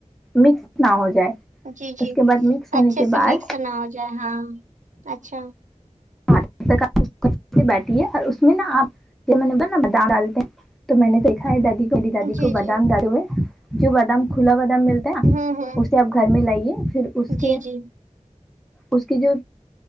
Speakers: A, in the centre; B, on the right.
A: مکس نہ ہو جائے
B: جی جی
A: اس کے بعد مکس ہونے
B: اچھے
A: کے
B: سے
A: بعد
B: مکس نہ ہو جائے ہاں اچھا
A: <unintelligible> تو میں نے دیکھا ہے دادی کو میری دادی
B: جی
A: کو بادام
B: جی
A: ڈالتے ہوئے جو بادام کھلا بادام مل تا
B: ہوں ہوں
A: اسے آپ گھر میں لائیے پھر اس کے
B: جی جی
A: اس کے جو